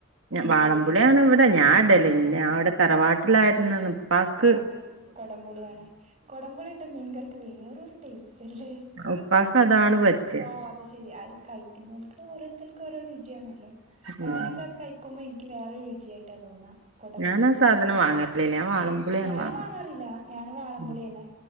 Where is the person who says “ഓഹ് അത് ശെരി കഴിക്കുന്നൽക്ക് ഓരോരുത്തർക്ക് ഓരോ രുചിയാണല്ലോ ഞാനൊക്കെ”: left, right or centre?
Right